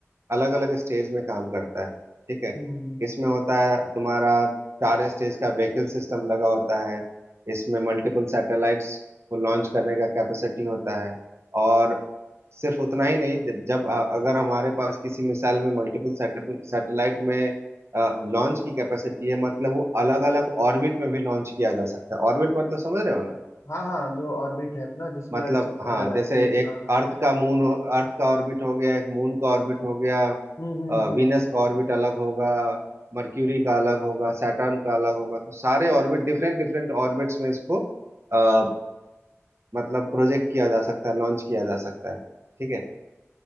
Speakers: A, on the right (about 60°); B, on the left (about 70°).
A: अलग अलग स्टेज में काम करता है ठीक है
B: हम्म
A: इसमें होता है तुम्हारा चार स्टेज का व्हीकल सिस्टम लगा होता है इसमें मल्टीपल सैटेलाइट्स को लॉन्च करने का कैपेसिटी होता है और सिर्फ उतना ही नहीं ज- जब अ- अगर हमारे पास किसी मिसाइल में मल्टीपल सैटेलाइट में लॉन्च की कैपेसिटी है मतलब वो अलग अलग ऑर्बिट में भी लॉन्च किया जा सकता है ऑर्बिट मतलब समझ रहे हो ना
B: हाँ हाँ जो ऑर्बिट है अपना जिसमें
A: मतलब
B: अर्थ चक्कर
A: हाँ
B: लगाती
A: जैसे
B: है
A: एक
B: हाँ हाँ
A: अर्थ का मून हो- अर्थ का ऑर्बिट हो गया एक मून का ऑर्बिट हो गया
B: हम्म हम्म
A: अ,
B: हम्म
A: वीनस
B: हम्म।
A: का ऑर्बिट अलग होगा मर्क्यूरी का अलग होगा सैटर्न का अलग होगा तो सारे ऑर्बिट डिफरेंट डिफरेंट ऑर्बिट्स में इसको आ, मतलब प्रोजेक्ट किया जा सकता है लॉन्च किया जा सकता है ठीक है